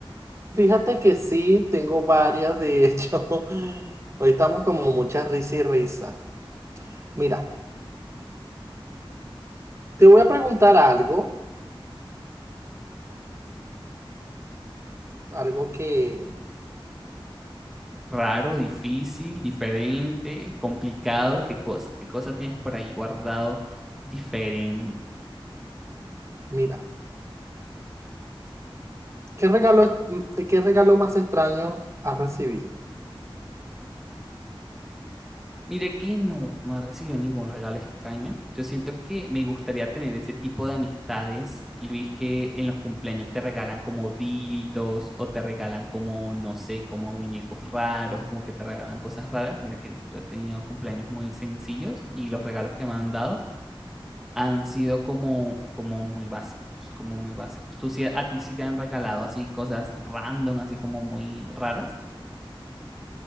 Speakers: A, on the right; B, in the centre.
A: Fíjate que sí, tengo varias, de hecho. <laughs> Hoy estamos como muchas risas y risas. Mira, te voy a preguntar algo, algo que,
B: Raro, difícil, diferente, complicado, ¿qué cosa? ¿Qué cosa tienes por ahí guardado diferente?
A: mira, ¿qué regalo, qué regalo más extraño has recibido?
B: Mire que no, no he recibido ningún regalo extraño. Yo siento que me gustaría tener ese tipo de amistades, Luis, que en los cumpleaños te regalan como dildos o te regalan como, no sé, como muñecos raros o como que te regalan cosas raras. Mira que no, yo he tenido cumpleaños muy sencillos y los regalos que me han dado han sido como, como muy básicos, como muy básicos. ¿Tú sí, a ti sí te han regalado así cosas random, así como muy raras?